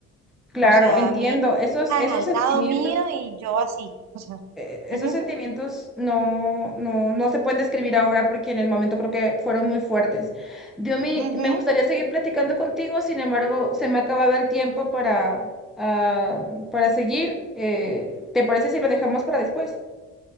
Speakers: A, in the centre; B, on the right (about 65°).
A: Claro,
B: O sea,
A: entiendo.
B: mi hija
A: Esos,
B: están
A: esos
B: al
A: sentimientos.
B: lado mío y yo así. O sea,
A: eh, esos
B: ujú,
A: sentimientos no, no, no se pueden describir ahora porque en el momento creo que fueron muy fuertes. Diomi,
B: ujú.
A: me gustaría seguir platicando contigo, sin embargo, se me ha acabado el tiempo para, ah, para seguir. Eh, ¿te parece si lo dejamos para después?